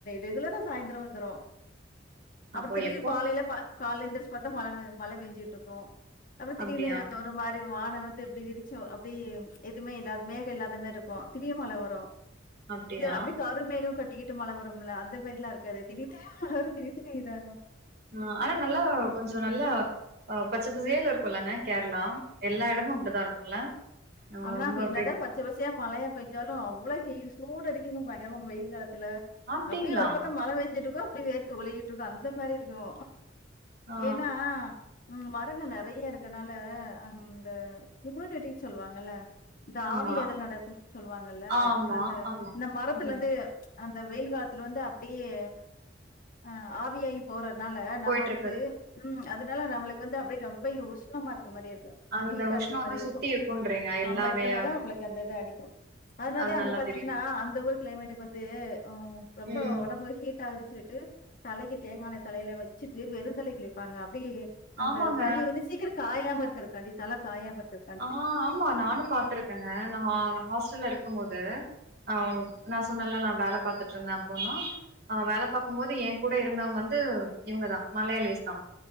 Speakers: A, on the left (about 45°); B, on the right (about 55°).
A: ரெகுலரா சாய்ந்திர வந்துரு அப்றோ
B: அப்போ
A: திடீர்னு
B: எப்போ
A: காலையில பா கால்ல எந்திரிச்சி பாத்தா மழ பெ மழ பேஞ்சிகிட்ருக்குப அப்றோ திடீர்னு
B: அப்டியா
A: ஒரு மாரி வானோ வந்து எப்டி விரிச்சோ அப்டே இர் எதுமே இல்லாத் மேரி இல்லாத மேர்ருக்கு திடீர்னு மழ வரு
B: அப்டியா
A: இங்க அப்டி காரு மேகம் கொட்டிக்கிட்டு மழ வரும்ல அந்த மேர்ல்லா இருக்காது திடீர்னு மழ வரு திடீர் திடீர்னு இதாகு
B: அ ஆனா நல்லா கொஞ்சோ நல்லா அ பச்ச பசேல்னு இருக்குல்லங்க கேர்ளா எல்லா எடமு அப்டித்தா இருக்குல்ல நா
A: ஆனா
B: ரொம்ப
A: அங்க
B: அப்டி
A: என்னதா பச்ச பச்ச யா மழையே பேஞ்சாலு அவ்ளோ ஹீ சூடடிக்குது பயங்ரமா வெயில் த்துல
B: அப்டிங்களா
A: அப்டியே ஒரு பக்கம் மழ வேஞ்சுட்டு கூப்டு தொலியிட்டுன் அந்த மாரிய் ருவோ
B: ஆ
A: ஏனா ம் மரங்க நறைய இருக்கனால அந்த ஹுமூனிட்டின்னு சொல்லுவாங்க நல்ல இந்த
B: ஆமா
A: ஆவி ஏதல் நடக்கும் சொல்லுவாங்கல்ல
B: ஆமா
A: அந்த
B: ஆமா
A: இந்த மரத்துல
B: ம்
A: இருந்து ப்ச் அந்த வெயில் காலத்துல வந்து அப்டியே அ ஆவியாய் போற னால நம்ம
B: போயிட்டு இருக்குது
A: வந்து ம் அதனால நம்மளுக்கு வந்து அப்படி ரொம்ப யூஸ்சனமா இருக் ஒரு மாரி இருக்கு
B: அந்த
A: ம்ஹீட்டா
B: உஷ்ணம்
A: இருக்க
B: வந்து
A: மாரி இருக்கும்
B: சுத்தி இருக்குன்றீங்க எல்லாவே
A: ஆம இருக்கனால அம்மளுக்கு அந்த இது அடிக்கும் அதனதான்
B: அது
A: அங்க
B: நல்லா
A: பாத்தீங்கன்னா
B: தெரியு
A: அந்த ஊர் கிளைமேட்டுக்கு வந்து து அம் ரொம்ப
B: ம்
A: ஒடம்பு ஹீட் ஆ ஆயிருச்சு டு தலைக்கு தேங்கான்ன தலையில வச்சுட்டு வெருந்தலைக் குளிப்பாங்க அப் ப்டி அந்த
B: ஆமாங்க
A: தண்ணி வந்து சீக்கிரம் காயாம இருக் குருக்காண்டி தல காயம இருக் இருக்காண்டி
B: ஆ ஆமா நானும் பாத்துருக்கேங்க நான் ஹா ஹாஸ்டல்ல இருக்கும் போது ஆ வ் நா ஸ் சொன்னெல்ல நான் வேல பாத்துட்ருந்தேன் போனோ அ வேல பாக்கும் போது இப்ப ஏன் கூட இருந்தங்க வந்து இவங்கதான் மலையாளிஸ் தான்